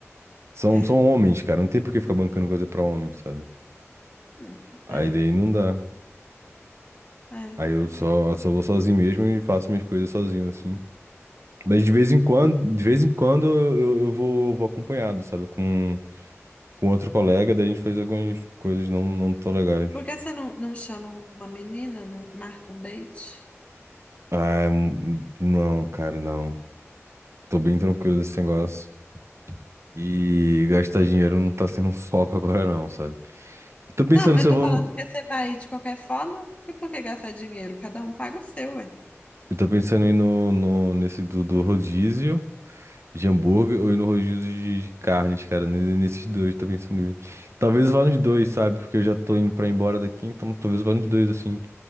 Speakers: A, on the right; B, on the left.
A: São,
B: É.
A: são homens, cara, não tem por que ficar bancando coisa pra homem, sabe?
B: Hum,
A: Aí
B: É,
A: daí não dá.
B: é,
A: Aí eu
B: sim.
A: só, só vou sozinho mesmo e faço minhas coisas sozinho, assim. Mas de vez em quando, de vez em quando eu, eu vou, vou acompanhado, sabe? Com, com outro colega, daí a gente faz algumas coisas não, não tão legais.
B: Por que você não, não chama uma menina, não marca um date?
A: Ah, é mu- não, cara, não. Tô bem tranquilo desse negócio. E
B: Hum.
A: gastar dinheiro não tá sendo um foco agora, não, sabe? Tô pensando
B: Não, mas
A: se
B: eu
A: eu
B: tô
A: vou
B: falando
A: no.
B: porque você vai ir de qualquer forma, por por que gastar dinheiro? Cada um paga o seu, ué.
A: Eu tô pensando em ir no, no, nesse do, do rodízio de hambúrguer ou ir no rodízio de, de carnes, cara. ne- Nesses dois, tô pensando em ir. Talvez eu vá nos dois, sabe? Porque eu já tô indo pra ir embora daqui, então talvez eu vá nos dois, assim.